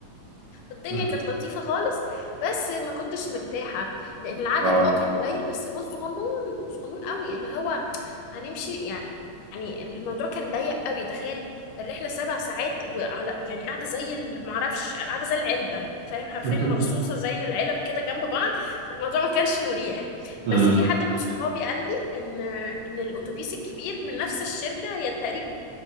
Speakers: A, on the left (about 80°); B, on the right (about 70°).
A: والدنيا
B: مم.
A: كانت لطيفه خالص بس ما كنتش مرتاحه لان العدد
B: اه
A: اه كان قليل بس الباص صغنون صغنون قوي اللي هو هنمشي يعني يعني الموضوع كان ضيق قوي تخيل الرحلة سبع ساعات وعلى يعني قاعدة زي ال- معرفش قاعدة زي العلبة فاهم حرفيا
B: <laughs>
A: مرصوصة زي العلب كده جنب بعض فالموضوع ما كانش مريح
B: مم.
A: بس في حد من صحابي قال لي ان ان الاتوبيس الكبير من نفس الشركة هي تقريبا